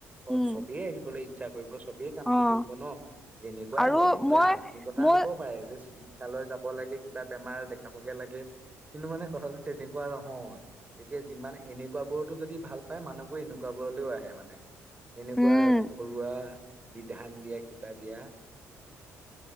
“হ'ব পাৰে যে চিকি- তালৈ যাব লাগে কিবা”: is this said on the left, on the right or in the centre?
Right